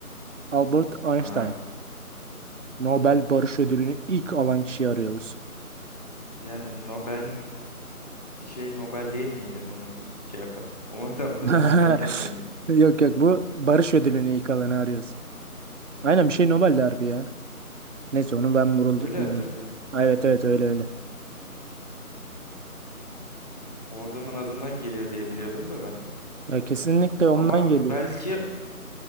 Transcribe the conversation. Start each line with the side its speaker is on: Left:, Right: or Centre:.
Right: Albert Einstein.
Left: Ha.
Right: Nobel Barış Ödülünü ilk alan kişiyi arıyoruz.
Left: Yani Nobel Bir şey Nobel değil miydi bunu ilk şey yapan? O adamın
Right: <laughs>
Left: adından gelmiyor muydu?
Right: Yok yok bu Barış Ödülünü ilk alanı arıyoruz. Aynen bir şey Nobel Derbi ya. Neyse onu ben vurul-
Left: Öyle
Right: bulayım.
Left: hatırlıyor.
Right: Ay, Evet evet öyle öyle.
Left: O adamın adından geliyor diye biliyordum da ben.
Right: Ya kesinlikle ondan
Left: Ama
Right: geliyor.
Left: belki